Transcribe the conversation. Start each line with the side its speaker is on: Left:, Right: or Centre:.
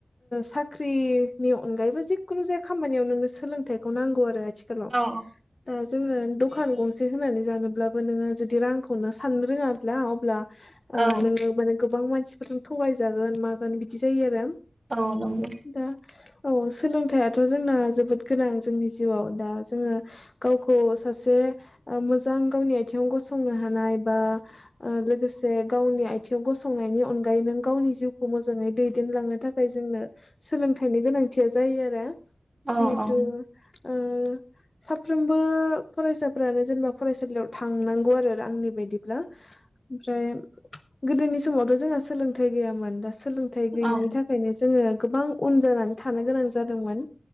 Left: साख्रिनि अनगायैबो जिखुनु खामानियाव नोंनो सोलोंथाइखौ नांगौ आरो आथिखालाव
Right: औ
Left: दा जोङो दखान गंसे होनानै जानोब्लाबो नोङो जुदि रांखौनो साननो रोङाब्ला अब्ला ओ
Right: औ
Left: नोङो माने गोबां मानसिफोरजों थगायजागोन मागोन बिदि जायो आरो।
Right: औ नंगौ
Left: दा औ सोलोंथाइथ' जोंना जोबोद गोनां जोंनि जिउआव दा जोङो गावखौ सासे ओ मोजां गावनि आथिङाव गसंनो हानाय बा ओ लोगोसे गावनि आयथिङाव गसंनायनि अनगा -यै नों गावनि जिउखौ मोजाङै दैदेनलांनो थाखाय जोंनो सोलोंथाइनि गोनांथिया जायो आरो।
Right: औ
Left: जिहेतु
Right: औ
Left: ओ साफ्रोमबो फरायसाफ्रानो जेनेबा फरायसालियाव थांनांगौ आरो आंनि बिदिब्ला ओमफ्राय गोदोनि समावथ' जोंहा सोलोंथाइ गैयामोन दासो सोलोंथाइ गैयिनि
Right: औ
Left: थाखायनो जोङो गोबां उन जानानै थानो गोनां जादोंमोन।